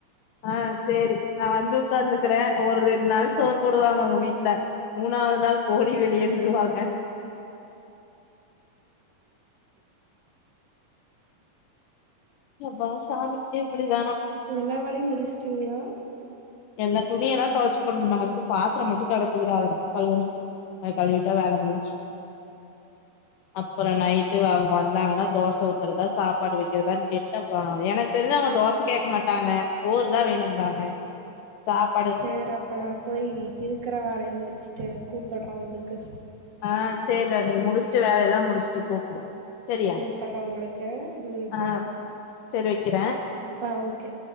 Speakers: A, on the left; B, on the right.
A: ஆ சரி நா வந்து ஒக்காந்துக்கறேன் ஒரு ரெண்டு நாள் சோறு போடுவாங்க உங்க வீட்ல மூணாவது நாள் போடி வெளியேனுருவாங்க அப்பா சாமி எப்டி தானா
B: எல்லா வேலயும் முடிச்டிங்களா
A: எல்லா துணியல்லாம் துவச்சு போடணு கொஞ்ச பாத்தரம் மட்டு கடக்குதுடா அத மட்டு கழுவுனு அத கழுவிட்டா வேல முடின்ச்சு அப்றம் நைட்டு அவங்க வந்தாங்கன்னா தோச ஊத்துறதா சாப்பாடு வக்கறதான்னு கே கப்பா எனக்கு தெரிஞ்சு அவங்க தோச கேக்க மாட்டாங்க சோறு தா வேணும்பாங்க சாப்ப
B: சரி அப்ப நா போய் இருக்கற வேலய முடிச்சுட்டு கூப்பறேன் உங்களுக்கு
A: ஆ சேரிடா நீ முடிச்சுட்டு வேலையலா முடிச்சுட்டு கூப்டு சரியா
B: கூப்பட்றே உங்களுக்கு ம் சேரிகா
A: ஆ சரி வைக்கிறே
B: ஆ ஓகே